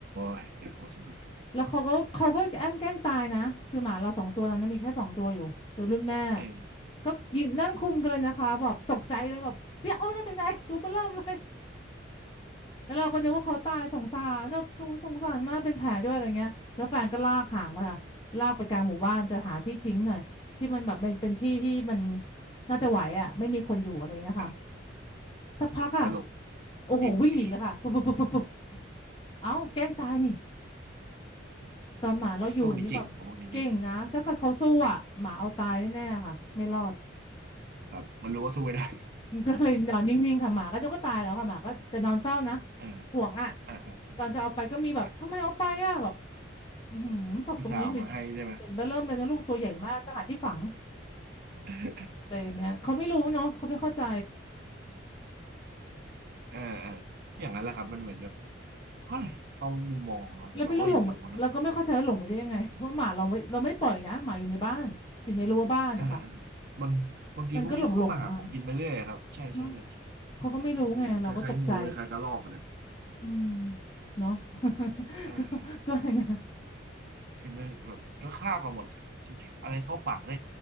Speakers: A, on the right (about 55°); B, on the left (about 25°).
A: ยอากลัวสุด
B: แล้วเขาก็เขาก็แกล้งแกล้งตายนะคือหมาเราสองตัวนั้นนะมีแค่สองตัวอยู่ตัวรุ่นแม่
A: ๆเออ
B: ก็ยืนนั่งคุมกันเลยนะคะแบบตกใจเลยแบบเปียกเอามาจากไหนตัวเบ้อเริ่มเลยแล้วเราก็นึกว่าเขาตายสงสารแบบโอ้ยสงสารมากเป็นแผลด้วยอะไรเงี้ยแล้วแฟนก็ลากหางไปค่ะลากไปกลางหมู่บ้านจะหาที่ทิ้งหน่อยที่มันแบบเป็นเป็นที่ที่มันน่าจะไหวอ่ะไม่มีคนอยู่อะไรเงี้ยค่ะ
A: อ่ะ
B: สักพักค่ะ
A: สรุป
B: โอ้โหวิ่งหนีแล้วค่ะปุ๊บปุ๊บปุ๊บปุ๊บปุ๊บ
A: ดิ้นหนี
B: เอ้าแกล้งตายนี่ ตอนหมาเราอยู่นี่แบบเก่งนะถ้าเกิดเขาสู้อ่ะหมาเอาตายแน่ๆค่ะไม่รอด
A: พวกนี้เก่งพวกนี้เก่งแบบมันรู้ว่าสู้ไม่ได้
B: <laughs> ก็เลยนอนนิ่งๆค่ะหมาก็เดก็ตายแล้วค่ะหมาก็แต่นอนเฝ้านะ
A: เออ
B: ห่วงอ่ะ
A: อ่ะอ่ะ
B: ตอนจะเอาไปก็มีแบบทำไมเอาไปอ่ะแบบ
A: อ่ะ
B: อือหือศพตรงนี้เหม็นเหม็นเบ้อเริ่มเลยนะลูกตัวใหญ่มากต้องหาที่ฝัง
A: อุตส่าห์เอามาให้ใช่ไหม <laughs>
B: อะไรอย่างเงี้ยเขาไม่รู้เนาะเขาไม่เข้าใจ
A: เออเอออย่างนั้นแหละครับมันเหมือนแบบเฮ้ยเขามุมมองของเราแต่เราก็เอ็นดูเนอะ
B: แล้วไม่รู้หลงมาเราก็ไม่เข้าใจว่าหลงมาได้ยังไง <laughs> ว่าหมาเราไม่เราไม่ปล่อยนะหมาอยู่ในบ้านอยู่ในรั้วบ้านนะคะ
A: อ่าอ่าบางบางทีพวกนี้เข้ามาหาของกินไปเรื่อยครับใช่ใช่ใช่ใช่
B: มันก็หลงหลงมาเนาะเขาก็ไม่รู้ไงเราก็ตกใจ
A: อืมคล้ายๆงูคล้ายๆกระรอกอะนะ
B: อืมเนาะ <laughs>
A: อ่าอ่า
B: ก็ก็อย่างเงี้ย
A: กินไปแบบก็คาบมาหมดอะอะไรเข้าปากได้